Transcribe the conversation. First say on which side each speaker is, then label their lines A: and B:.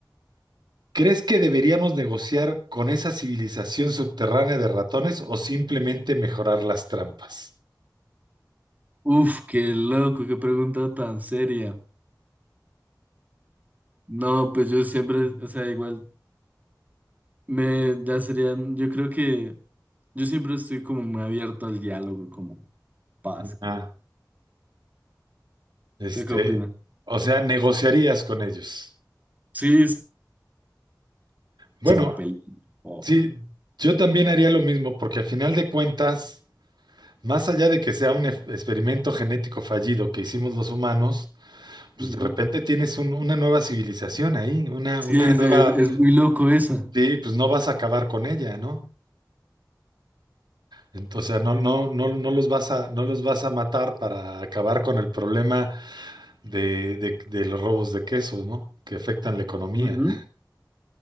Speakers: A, on the right; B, on the right.
A: ¿Crees que deberíamos negociar con esa civilización subterránea de ratones o simplemente mejorar las trampas?
B: Uf, qué loco, qué pregunta tan seria. No, pues yo siempre, o sea, igual Me, ya serían, yo creo que yo siempre estoy como muy abierto al diálogo, como paz. como-
A: Ah, este,
B: ¿Usted qué opinas?
A: o sea, negociarías con ellos.
B: Sí, es
A: Bueno,
B: como película. o-
A: sí, yo también haría lo mismo porque al final de cuentas, más allá de que sea un e- experimento genético fallido que hicimos los humanos, pues
B: Ujú,
A: de repente tienes un- una nueva civilización ahí, una,
B: Sí,
A: una
B: es,
A: nueva,
B: es, es muy loco esa.
A: sí, pues no vas a acabar con ella, ¿no? Entonces, no, no, no, no los vas a, no los vas a matar para acabar con el problema de, de- de los robos de quesos, ¿no? Que afectan la economía.
B: ujú.